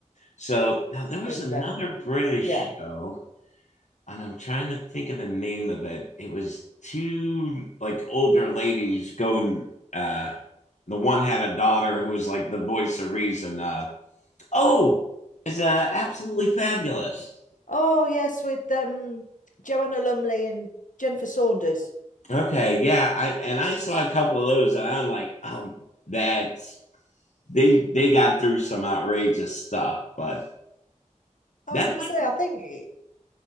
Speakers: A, on the left (about 65°); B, on the left (about 80°).
A: So now there was
B: and
A: another
B: um,
A: British
B: yeah.
A: show, and I'm trying to think of the name of it. It was two like older ladies going uh the one had a daughter who was like the voice of reason. Uh oh, it's uh absolutely fabulous.
B: Oh yes, with um Joanna Lumley and Jennifer Saunders.
A: Okay, yeah, I and I saw a couple of those and I'm like, um that's they they got through some outrageous stuff, but
B: I
A: that
B: was going to say, I think